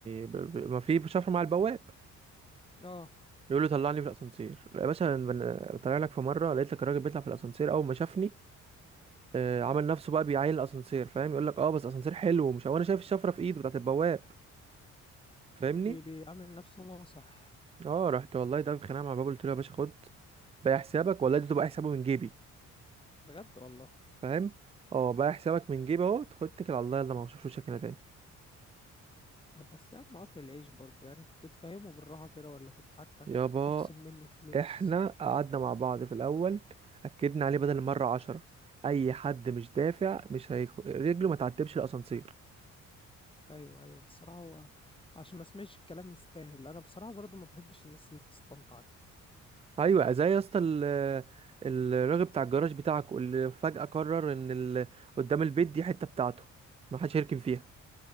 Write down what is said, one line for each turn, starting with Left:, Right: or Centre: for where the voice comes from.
Right: ب... ب... ما في بشفرة مع البواب
Left: اه
Right: يقول له طلعني في الاسانسير يا باشا أنا بن- طالع لك في مره لقيت لك الراجل بيطلع في الاسانسير اول ما شافني آه، عمل نفسه بقى بيعاين الاسانسير فاهم يقول لك اه بس اسانسير حلو ومش وانا شايف الشفره في ايده بتاعت البواب فاهمني
Left: بي بيعمل نفسه ناصح
Right: اه رحت والله ده بخناقه مع الباب قلت له يا باشا خد بقى حسابك والله ده بقى حسابه من جيبي
Left: بجد والله
Right: فاهم اه بقى حسابك من جيبي اهو خد اتكل على الله يلا ما بشوفوش هنا تاني
Left: طب بس يا عم قاطع العيش برضه يعني كنت تفهمه بالراحه كده ولا كنت حتى
Right: يابا
Left: تخصم منه فلوس
Right: احنا قعدنا مع بعض في الاول اكدنا عليه بدل المره عشرة اي حد مش دافع مش هيخ... رجله ما تعتبش الاسانسير
Left: ايوه ايوه بصراحه هو عشان ما اسمعش الكلام يستاهل انا بصراحه برضه ما بحبش الناس اللي بتستنطع كده
Right: ايوه زي يا اسطى ال- الراجل بتاع الجراج بتاعك اللي فجاه قرر ان ال... قدام البيت دي حته بتاعته ما حدش هيركن فيها